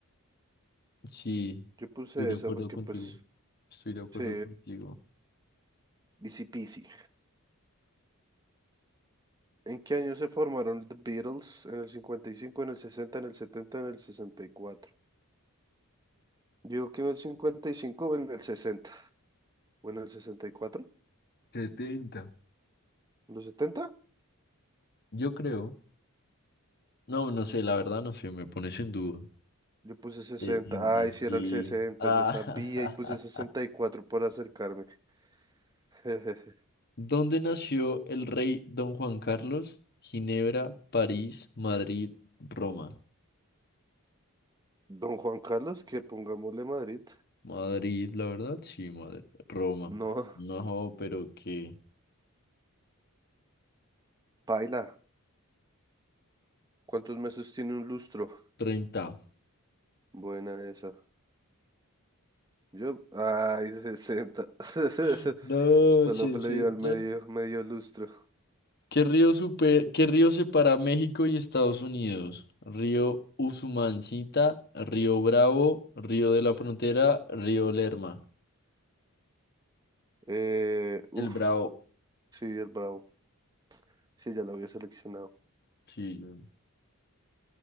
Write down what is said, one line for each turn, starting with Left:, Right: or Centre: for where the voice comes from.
Left: Sí,
Right: Yo puse
Left: estoy de
Right: esa
Left: acuerdo
Right: porque,
Left: contigo.
Right: pues,
Left: Estoy de acuerdo
Right: sí,
Left: contigo.
Right: easy peasy. ¿En qué año se formaron The Beatles? En el 55, en el 60, en el 70, en el 64. Digo que en el 55 o en el 60, ¿O en el sesenta y cuatro,
Left: 70.
Right: ¿En los 70?
Left: Yo creo. No, no sé, la verdad no sé, me pones en duda.
Right: Yo puse 60.
Left: Setenta.
Right: Ay, si era
Left: sí.
Right: el 60.
Left: Ah,
Right: yo sabía y puse 64
Left: <laughs>
Right: por acercarme. <laughs>
Left: ¿Dónde nació el rey Don Juan Carlos? Ginebra, París, Madrid, Roma.
Right: Don Juan Carlos, que pongámosle Madrid.
Left: Madrid, la verdad, sí, Madrid. Roma.
Right: No,
Left: No, pero qué.
Right: paila. ¿Cuántos meses tiene un lustro?
Left: Treinta.
Right: Buena esa. Yo, ay, 60. <laughs>
Left: <gasps>
Right: Solo
Left: No, 60.
Right: le dio al medio, medio lustro.
Left: ¿Qué río, supe- qué río separa a México y Estados Unidos? Río Usumancita, Río Bravo, Río de la Frontera, Río Lerma.
Right: Eh, uf,
Left: El Bravo.
Right: sí, el Bravo. Sí, ya lo había seleccionado.
Left: Sí, yo-